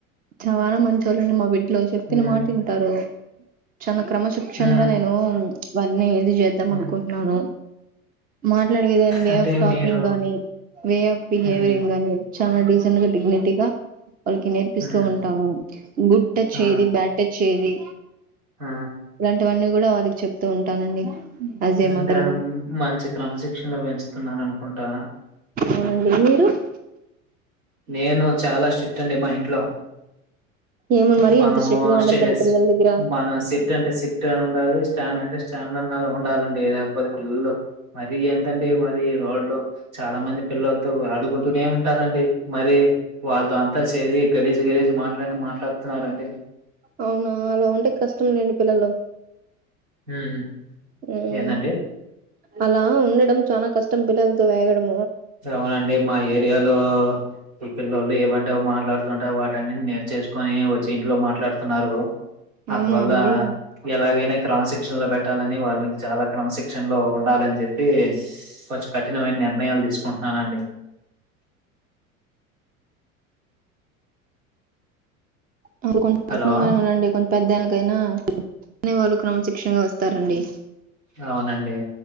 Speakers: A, on the right; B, on the right.
A: చాలా మంచ్ స <unintelligible> ట్లో చెప్పిన
B: ఉమ్
A: మాట్ ఇంటారు. చానా క్రమశిక్షణగా
B: హ్మ్.
A: నేను వన్నేది చేద్దాం
B: హ్మ్.
A: అనుకుంట్నను. మాట్లాడేవిదానం. వే
B: అంటే
A: ఆఫ్ టాకింగ్
B: మీరు
A: గానీ, వే ఆఫ్ పిల్
B: హ్మ్.
A: బిహేవిరింగ్ గానీ చాన డీసెంట్ గా, డిగ్నిటీ గా వాళ్ళకి నేర్పిస్తూ
B: హ్మ్.
A: ఉంటాను. గుడ్ టచ్
B: ఆ!
A: ఏది బ్యాడ్ టచ్ చేది
B: ఆ!
A: ఇలాంటివన్నీ గూడా వల్ కి చెప్తూ ఉంటానండి. అజే
B: అంటే
A: మదర్ గా
B: మంచి క్రమశిక్షన్లో పెంచుతున్నరానుకుంటా.
A: అవునండి మీర్ ఉహ్
B: నేను చాలా స్ట్రిక్ట్ అండి. మా ఇంట్లో
A: ఏమో మరి
B: మనము
A: అంత స్ట్రిక్ట్ గా ఉండద్దండి
B: స్టేస్
A: పిల్లల దగ్గర
B: మనం సిట్ అంటే సిట్ గానే ఉండాలి. స్ట్ స్టాండ్ అంటే స్టాండ్ అన్న ఉండాలండి. లేకపోతే పిల్లలు మరి ఎంతండి మరి రోడ్లో చాలా మంది పిల్లల్ తో ఆడుకుంటూనే ఉంటారండి. మరి వాళ్ళతో అంతా సేరి గలీజు, గలీజు మాట్లాన్నీ మాట్లాడుతున్నారండి.
A: అవునా అలా ఉంటే కష్టం లేండి పిల్లలు
B: హ్మ్.
A: హమ్
B: ఏందండి?
A: అలా ఉండడం చాలా కష్టం పిల్లలతో వేగడం
B: అవునండి మా ఏరియాలో ఈ పిల్లళ్ళు ఏవం టే అవి మాట్లాడుత ట వాటంనిటీని నే చేసుకొని వచ్చి ఇంట్లో మాట్లాడుతున్నారు అదవల్
A: అవునా అండి
B: ఎలాగేనే క్రమ సిక్ శిక్షణ లో పెట్టాలని వాళ్ళకి చాలా క్రమశిక్షణ లో ఉండాలని చెప్పి కొంచెం కఠినమైన నిర్ణయాలు తీసుకు పహానండి
A: అప్పుడు కొంచం
B: హలో
A: పట్నంగానే ఉండండి కొంచె పెద్దనకైనా అనే వాళ్ళు క్రమశిక్షణగా వస్తారండి
B: అవునండి